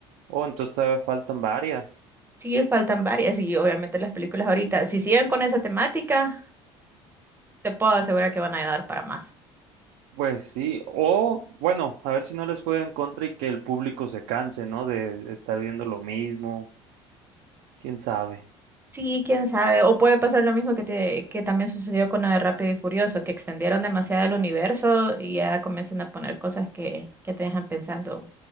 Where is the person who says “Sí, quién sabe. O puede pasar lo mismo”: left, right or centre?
Right